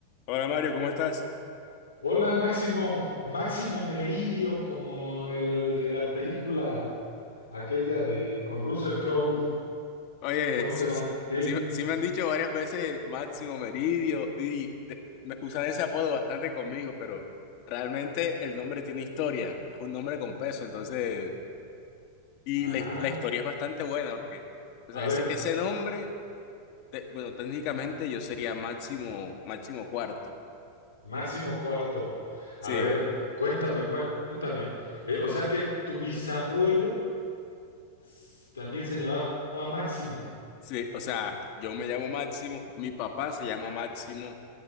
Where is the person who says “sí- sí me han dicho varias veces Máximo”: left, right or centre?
Left